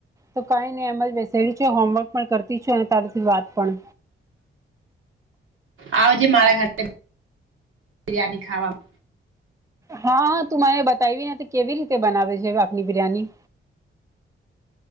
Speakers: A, on the right (about 15°); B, on the right (about 80°).
A: તો કંઈ નહી અમલ બેસેલી છે હોમવર્ક પણ કરતી છું અને તારી વાત પણ
B: આવજે મારા ઘર બિરિયાની ખાવામાં
A: હા તું મને બતાવી કેવી રીતે બનાવે છે આપની બિરયાની